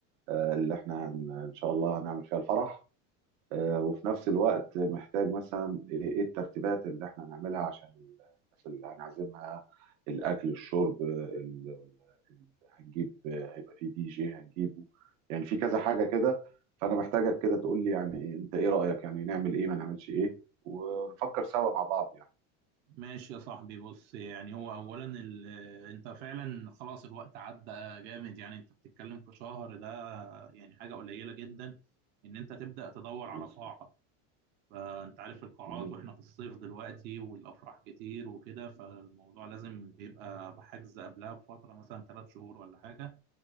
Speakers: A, on the right (about 75°); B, on the right (about 30°).
A: آه، اللي احنا هن- ان شاء الله هنعمل فيها الفرح آه، وفي نفس الوقت محتاج مثلا ايه إيه الترتيبات اللي احنا هنعملها عشان الناس اللي هنعزمها الاكل الشرب ال- ال- ال- هنجيب هيبقى فيه دي جي هنجيبه يعني في كذا حاجه كده فانا محتاجك كده تقول لي يعني إيه- انت ايه رايك يعني نعمل ايه ما نعملش ايه ونفكر سوا مع بعض يعني
B: ماشي يا صاحبي بص يعني هو أولا ال... أنت فعلا خلاص الوقت عدى جامد يعني أنت بتتكلم في شهر ده يعني حاجة قليلة جدا إن أنت تبدأ تدور على
A: مظبوط
B: قاعة فانت عارف القاعات
A: مهم.
B: واحنا في الصيف دلوقتي والافراح كتير وكده فالموضوع لازم بيبقى بحجز قبلها بفتره مثلا ثلاث شهور ولا حاجه